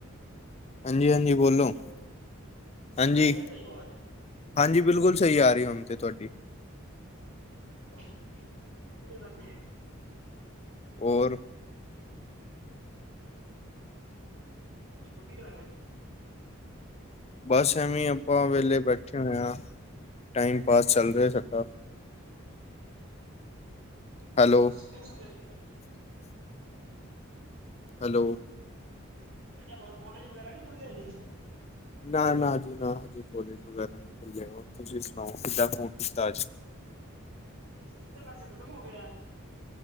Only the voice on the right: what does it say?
ਹੈਲੋ ਹੁਣ
ਆ ਰਹੀ ਹੈ ਸਹੀ ਆਵਾਜ਼
<unintelligible>
ਤੂ ਕੀ ਕਰ ਰਿਹਾ ਐ?
<unintelligible>
ਮੈਂ ਕੇਹਾ ਹੋਰ ਕੋਲੇਜ ਵਗੈਰਾ ਨੀ ਖੁੱਲੇ ਹਜੇ
ਜੂਨ ਤੇ ਵੈਸੇ ਖਤਮ ਹੌ ਗੇਆ।